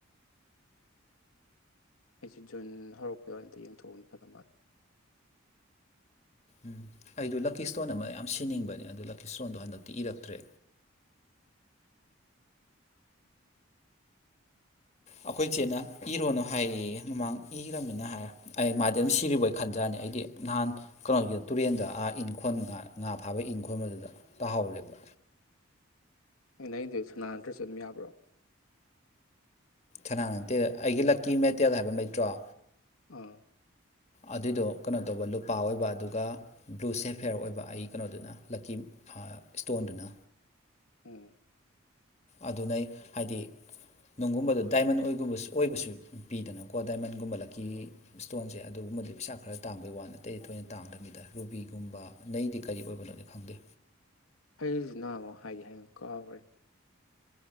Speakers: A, on the left; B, on the left.
A: ꯑꯩꯁꯦ ꯖꯨꯟ ꯍꯧꯔꯛꯄꯗ ꯑꯗ ꯌꯦꯡꯊꯣꯛꯑꯅꯤ ꯐꯗ ꯃꯥꯜꯜꯂꯤꯦ
B: ꯎꯝ ꯑꯩꯗꯣ ꯂꯛꯀꯤ ꯏꯁꯇꯣꯟ ꯑꯃ ꯌꯥꯝ ꯁꯤꯅꯤꯡꯕꯅꯦ ꯑꯗꯨ ꯂꯛꯀꯤ ꯏꯁꯇꯣꯟꯗꯣ ꯍꯟꯗꯛꯇꯤ ꯏꯔꯛꯇ꯭ꯔꯦ ꯑꯩꯈꯣꯏ ꯆꯦꯅ ꯏꯔꯣꯅꯨ ꯍꯥꯏꯌꯦ ꯑꯦ ꯃꯃꯥꯡ ꯏꯈ꯭ꯔꯅꯤꯅ ꯍꯥꯏꯔ ꯑꯩ ꯃꯥꯗꯤ ꯑꯗꯨꯝ ꯁꯤꯔꯤꯕꯣꯏ ꯈꯟꯖꯥꯠꯅꯤ ꯑꯩꯗꯤ ꯅꯍꯥꯟ ꯀꯩꯅꯣꯒꯤꯗ ꯇꯨꯔꯦꯟꯗ ꯑꯥ ꯏꯪꯈꯣꯜ ꯉꯥ ꯉꯥ ꯐꯥꯕ ꯏꯪꯈꯣꯜ ꯑꯗꯨꯗ ꯇꯥꯍꯧꯔꯦꯕ
A: ꯅꯑꯩꯗ ꯁꯅꯥ ꯅꯠꯇ꯭ꯔ ꯆꯠ ꯌꯥꯕ꯭ꯔꯣ
B: ꯁꯅꯥ ꯅꯠꯇꯦ ꯑꯩꯒꯤ ꯂꯛꯀꯤ ꯃꯦꯇꯦꯜ ꯍꯥꯏꯕ ꯂꯩꯇ꯭ꯔꯣ
A: ꯑꯥ
B: ꯑꯗꯨꯏꯗꯣ ꯀꯩꯅꯣ ꯇꯧꯕ ꯂꯨꯄꯥ ꯑꯣꯏꯕ ꯑꯗꯨꯒ ꯕ꯭ꯂꯨ ꯁꯦꯐꯦꯌꯔ ꯑꯣꯏꯕ ꯑꯩ ꯀꯩꯅꯣꯗꯨꯅ ꯂꯛꯀꯤ ꯏꯁꯇꯣꯟꯗꯨꯅ
A: ꯎꯝ
B: ꯑꯗꯨ ꯅꯩ ꯍꯥꯏꯗꯤ ꯅꯨꯡꯒꯨꯝꯕꯗꯣ ꯗꯥꯏꯃꯟ ꯑꯣꯏꯒꯨꯝꯕ ꯑꯣꯏꯕꯁꯨ ꯄꯤꯗꯅꯀꯣ ꯗꯥꯏꯃꯟꯒꯨꯝꯕꯂꯛꯀꯤ ꯏꯁꯇꯣꯟꯁꯦ ꯑꯗꯨꯒꯨꯝꯕꯗꯤ ꯄꯩꯁꯥ ꯈꯔ ꯇꯥꯡꯕꯩ ꯋꯥ ꯅꯠꯇꯦꯗꯤ ꯊꯣꯏꯅ ꯇꯥꯡꯗꯕꯤꯗ ꯔꯨꯕꯤꯒꯨꯝꯕ ꯅꯩꯗꯤ ꯀꯔꯤ ꯑꯣꯏꯕꯅꯣꯗꯤ ꯈꯪꯗꯦ
A: ꯍꯁꯤ ꯅꯃꯣ ꯍꯥꯏꯗꯤ ꯍꯥꯏꯉꯨ ꯀꯥꯎ꯭ꯔꯦꯅꯦ